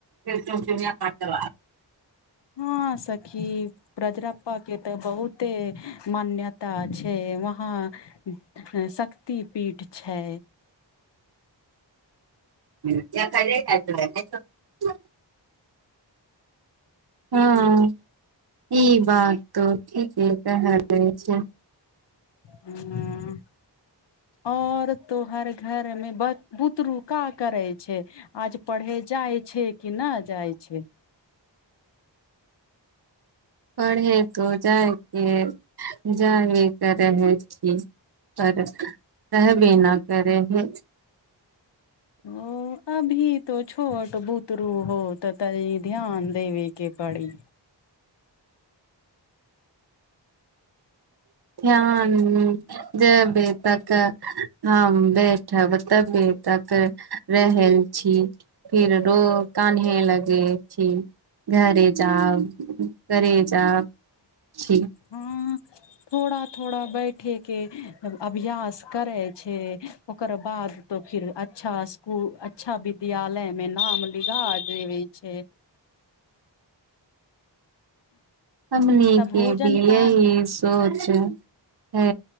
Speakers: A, on the right (about 55°); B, on the left (about 65°).
A: ख जया पांडबा
B: हँ सखी ब्रजराप्पा के तऽ बहुत ते मान्यता छै वहाँ शक्ति पीठ छै
A: <unintelligible> <unintelligible> हँ ई बा त' ठी क तऽ रहय दै छै
B: हँ, और तो हर घरमे बच बुतरुका करै छै आज पढ़े जाइ छै कि न जाइ छै
A: पढ़ैे तऽ जाय कऽ जायबे करै छी पर रहबे नहि करै हइ
B: ओ अभी तो छोट बुतरू हो तऽ तइ ध्यान देबे केपड़ी
A: ध्यान जब तक <unintelligible> हम बैठब तबी तक रहल छी फिर रो कानहे लगे छी घरे जा घरे जा छी
B: हँ थोड़ा थोड़ा बैठेके अभ्यास करै छै ओकर बाद तऽ फिर अच्छा स्कुल अच्छा विद्यालयमे नाम लिखा देबै छै
A: हमनी
B: तऽ
A: के
B: भोजन
A: भी
B: पान
A: यही सोच है